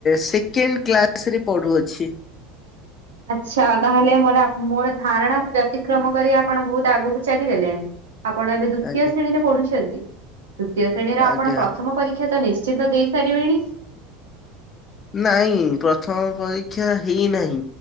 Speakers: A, on the left; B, on the right.
A: ଶି କେନ୍ କ୍ଲାସ ରେ ପଢୁଅଛି।
B: ହ ଆଚ୍ଛା ତାହେଲେ ମୋର ମୋର ଧାରଣା କ ବ୍ୟତିକ୍ରମ କରି ଆପଣ ବହୁତ ଆଗକୁ ଚାଲିଗଲେଣି। ଆପଣ ଏବେ ଦ୍ଵିତୀୟ
A: ଆଜ୍ଞା
B: ଶ୍ରେଣୀରେ ପଢୁଛନ୍ତି ଦ୍ଵିତୀୟ ଶ୍ରେଣୀର ଆପଣ
A: ଆଜ୍ଞା।
B: ପ୍ରଥମ ପରୀକ୍ଷା। ଶିକ୍ଷା ତ ନିଶ୍ଚିିତ ଦେଇସାରିବେଣି।
A: ନାଇଁ ପ୍ରଥମ ପରୀକ୍ଷା ହେଇନାହିଁ